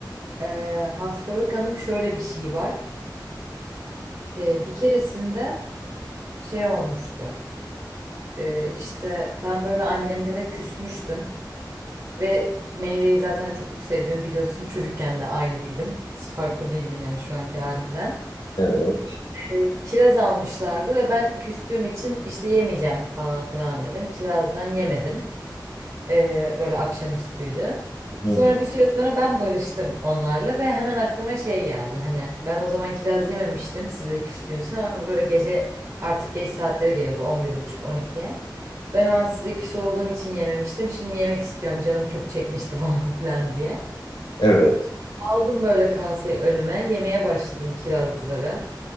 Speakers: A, on the right (about 45°); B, on the left (about 80°).
A: Ee, hastalık anım şöyle bir şey var. Ee, bir keresinde şey olmuştu. Ee, işte ben böyle annemlere küsmüştüm ve meyveyi zaten çok sevdiğimi biliyorsun. Çocukken de aynıydım. Hiç farklı değildim yani şu anki halimden.
B: Evet.
A: e, kiraz almışlardı ve ben küstüğüm için işte yemeyeceğim falan filan dedim. Kirazdan yemedim. E, böyle akşamüstüydü.
B: Hı
A: Sonra
B: hı.
A: bir süre sonra ben barıştım onlarla ve hemen aklıma şey geldi. Hani ben o zaman kiraz yememiştim sizle küstüğüm için ama böyle gece artık geç saatlere geliyordu 11.30-12'ye. Ben o an sizle küs olduğum için yememiştim. Şimdi yemek istiyorum canım çok çekmişti <laughs> falan filan diye.
B: Evet.
A: Aldım böyle kaseyi önüme yemeye başladım kirazları.